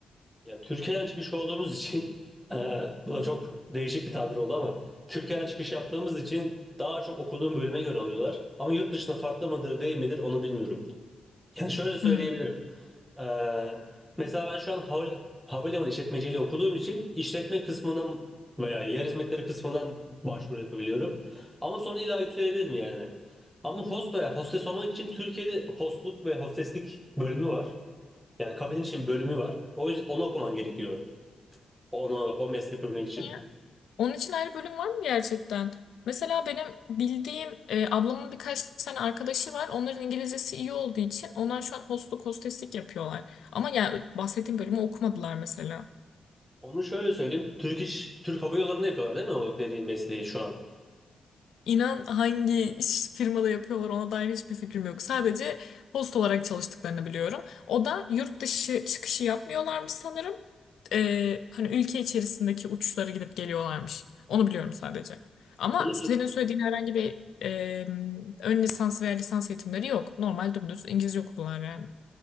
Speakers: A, in the centre; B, on the left (about 80°).
A: Yani Türkiye'den çıkış olduğumuz için <laughs> e, bu da çok değişik bir tabir oldu ama Türkiye'den çıkış yaptığımız için daha çok okuduğum bölüme göre alıyorlar. Ama yurt dışında farklı mıdır değil midir onu bilmiyorum. Ya şöyle söyleyebilirim.
B: Hmm.
A: Ee, mesela ben şu an hav- havalimanı işletmeciliği okuduğum için işletme kısmından veya yer hizmetleri kısmından başvuru yapabiliyorum. Ama sonra illa yükselebilirim yani. Ama host veya hostes olmak için Türkiye'de hostluk ve hosteslik bölümü var. Yani kabin için bölümü var. O yüzden onu okuman gerekiyor. Onu, o mesleği yapabilmek için.
B: Ya, Onun için ayrı bölüm var mı gerçekten? Mesela benim bildiğim e, ablamın birkaç tane arkadaşı var. Onların İngilizcesi iyi olduğu için onlar şu an hostluk hosteslik yapıyorlar. Ama ya bahsettiğim bölümü okumadılar mesela.
A: Onu şöyle söyleyeyim. Türk iş, Türk Hava Yolları'nda yapıyorlar değil mi o dediğin mesleği şu an?
B: İnan hangi iş- firmada yapıyorlar ona dair hiçbir fikrim yok. Sadece host olarak çalıştıklarını biliyorum. O da yurt dışı çıkışı yapmıyorlarmış sanırım. Ee, hani ülke içerisindeki uçuşlara gidip geliyorlarmış. Onu biliyorum sadece. Ama
A: Bunu,
B: senin söylediğin herhangi bir e, ön lisans veya lisans eğitimleri yok. Normal dümdüz İngilizce okudular yani.